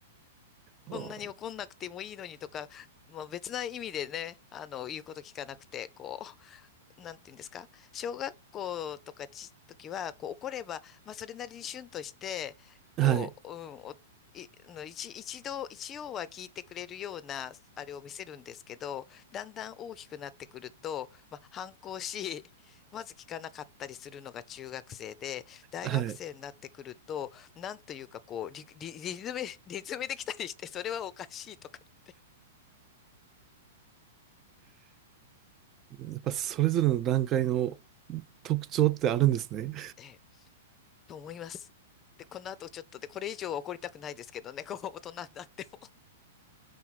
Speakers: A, on the left (about 30°); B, on the right (about 30°).
A: こんなに怒んなくてもいいのにとか、
B: あー
A: まあ、別な意味でね、あの、言うこと聞かなくて、こう。なんていうんですか、小学校とかち、時は、こう怒れば、まあそれなりにシュンとして、こう、
B: はい。
A: うん、お、い、の一、一度、一応は聞いてくれるような、あれを見せるんですけど、だんだん大きくなってくると、まあ反抗し、<laughs> まず聞かなかったりするのが中学生で、大学生になってくると、
B: はい。
A: なんというかこう、リ、リ、リズム、リズムできたりして、それはおかしいとか言って。
B: やっぱそれぞれの段階の特徴ってあるんですね。
A: ええと思います。で、この後ちょっとで、これ以上は怒りたくないですけどね、<laughs> こう、大人になっても。